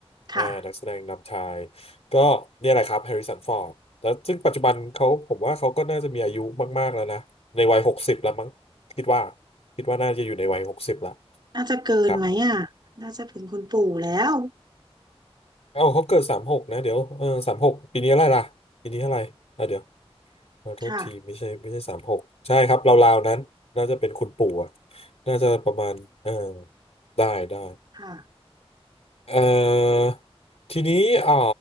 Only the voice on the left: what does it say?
อ่านักแสดงนำชาย ก็เนี่ยแหละครับแฮร์ริสันฟอร์ดแล้วซึ่งปัจจุบันเขาผมว่าเขาก็น่าจะมีอายุมากๆแล้วนะ ในวัยหกสิบแล้วมั้งคิดว่าคิดว่าน่าจะอยู่ในวัยหกสิบแล้ว
ครับ
เอ้าเขาเกิดสามหกนะเดี๋ยวเออสามหกปีนี้อะไรล่ะปีนี้อะไรอ่ะเดี๋ยวเออโทษทีไม่ใช่ไม่ใช่สามหกใช่ครับราวๆนั้นน่าจะเป็นคุณปู่อะ
น่าจะประมาณเออได้ได้
เอ่อทีนี้เอ่อ